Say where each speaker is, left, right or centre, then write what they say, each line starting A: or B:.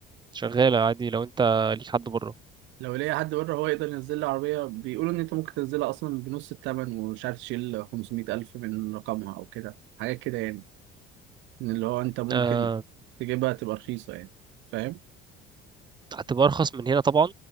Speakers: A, on the right; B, on the right.
A: شغاله عادي لو انت ليك حد بره
B: لو ليا حد بره هو يقدر ينزل لي عربية بيقولوا ان انت ممكن تنزلها اصلا بنص الثمن ومش عارف تشيل 500 الف من رقمها او كده حاجات كده يعني ان اللي هو انت ممكن
A: آه،
B: تجيبها تبقى رخيصة يعني فاهم
A: هتبقى ارخص من هنا طبعا